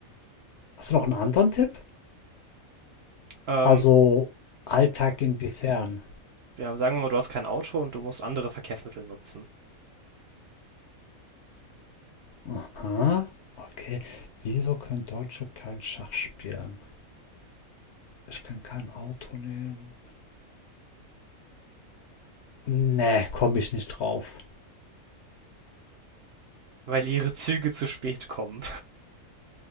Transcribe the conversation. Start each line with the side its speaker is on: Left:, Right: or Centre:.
Left: Hast du noch einen anderen Tipp?
Right: Ähm,
Left: Also, Alltag inwiefern?
Right: ja, sagen wir mal, du hast kein Auto und du musst andere Verkehrsmittel nutzen,
Left: Aha, okay. Wieso können Deutsche kein Schach spielen? Ich kann kein Auto nehmen. Nee, komme ich nicht drauf.
Right: weil ihre Züge zu spät kommen.